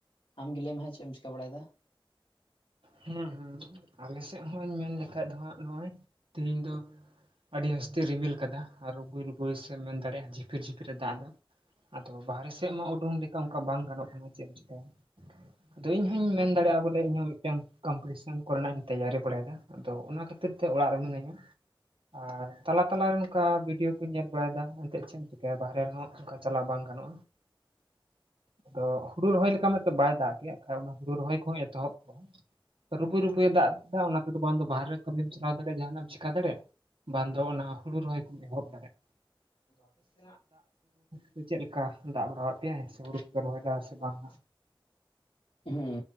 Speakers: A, on the left; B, on the right.
A: ᱟᱢ ᱜᱮ ᱞᱟᱹᱭᱢᱮ ᱡᱟᱸᱜᱟ ᱪᱮ ᱪᱮᱫ ᱮᱢ ᱪᱤᱠᱟᱹ ᱵᱟᱲᱟᱭᱫᱟ
B: ᱦᱩᱸ ᱦᱩᱸ ᱟᱞᱮ ᱥᱮᱫ ᱦᱚᱸᱧ ᱢᱮᱱ ᱞᱮᱠᱷᱷᱟᱡ ᱫᱚ ᱦᱟᱸᱜ ᱱᱚᱜᱼᱚᱭ ᱛᱮᱦᱮᱧ ᱫᱚ ᱟᱹᱰᱤ ᱟᱥᱛᱮ ᱨᱤᱢᱤᱞ ᱠᱟᱫᱟ ᱟᱨᱚ <unintelligible> ᱮᱢ ᱢᱮᱱ ᱫᱟᱲᱮᱭᱟᱜᱼᱟ ᱡᱷᱤᱯᱤᱨ ᱡᱷᱤᱯᱤᱨ ᱮ ᱫᱟᱜ ᱫᱟ ᱟᱫᱚ ᱵᱟᱦᱨᱮ ᱥᱮᱫ ᱢᱟ ᱩᱰᱩᱝ ᱞᱮᱠᱟ ᱚᱱᱠᱟ ᱵᱟᱝ ᱜᱟᱱᱚᱜ ᱠᱟᱱᱟ ᱪᱮᱫ ᱮᱢ ᱪᱤᱠᱟᱹᱭᱟ ᱟᱫᱚ ᱤᱧᱦᱚᱧ ᱢᱮᱱ ᱫᱟᱲᱮᱭᱟᱜᱼᱟ ᱵᱚᱞᱮ ᱤᱧᱦᱚᱸ ᱢᱤᱫᱴᱮᱱ ᱠᱚᱢᱯᱤᱴᱤᱥᱚᱱ ᱠᱚᱨᱮᱱᱟᱜ ᱤᱧ ᱛᱮᱭᱟᱨᱤ ᱵᱟᱲᱟᱭᱮᱫᱟ ᱟᱫᱚ ᱚᱱᱟ ᱠᱷᱟᱹᱛᱤᱨ ᱛᱮ ᱚᱲᱟᱜ ᱨᱮ ᱢᱤᱱᱟᱹᱧ ᱟᱨ ᱛᱟᱞᱟ ᱛᱟᱟᱞᱟᱨᱮ ᱚᱱᱠᱟ ᱵᱷᱤᱰᱭᱳ ᱠᱩᱧ ᱧᱮᱞ ᱵᱟᱲᱟᱭᱟ ᱮᱱᱛᱮᱫ ᱪᱮᱫ <unintelligible> ᱵᱟᱦᱨᱮ ᱨᱮᱦᱚᱸ ᱚᱱᱠᱟ ᱪᱟᱞᱟᱣ ᱵᱟᱝ ᱜᱟᱱᱚᱜᱼᱟ ᱟᱫᱚ ᱦᱩᱲᱩ ᱨᱚᱦᱚᱭ ᱞᱮᱠᱟ ᱢᱟ ᱛᱚ ᱵᱟᱭ ᱫᱟᱜ ᱜᱮᱛ ᱟᱠᱷᱟᱡ ᱚᱱᱟ ᱦᱩᱲᱩ ᱨᱚᱦᱚᱭ ᱠᱚᱦᱚᱸ ᱮᱛᱚᱦᱚᱵ ᱠᱚᱜ-ᱟ ᱨᱩᱵᱩᱭ ᱨᱩᱵᱩᱭ ᱫᱟᱜ ᱮᱫᱟ ᱚᱱᱟ ᱛᱮᱫ ᱵᱟᱝ ᱫᱚ ᱵᱟᱦᱨᱮ ᱠᱟᱹᱢᱤᱢ ᱪᱟᱞᱟᱣ ᱫᱟᱲᱮᱭᱟᱜᱼᱟ ᱡᱟᱦᱟᱱᱟᱜ ᱮᱢ <unintelligible> ᱫᱟᱲᱮᱜ ᱵᱟᱝ ᱫᱚ ᱚᱱᱟ ᱦᱩᱲᱩ ᱨᱚᱦᱚᱭ ᱠᱚᱢ ᱮᱦᱚᱵ ᱫᱟᱲᱮᱜ
A: <inaudible>
B: ᱪᱮᱫ ᱞᱮᱠᱟ ᱫᱟᱜ ᱵᱟᱲᱟᱣᱟᱫ ᱯᱮᱭᱟᱭ
A: ᱦᱮ
B: ᱥᱮ
A: ᱦᱩᱲᱩ
B: ᱠᱚᱯᱮ
A: ᱯᱮ ᱨᱚᱦᱚᱭ
B: ᱨᱚᱦᱚᱭᱮᱫᱟ
A: ᱫᱟ ᱥᱮ ᱵᱟᱝ ᱦᱟᱜ
B: ᱦᱟᱸᱜ
A: ᱦᱩᱸ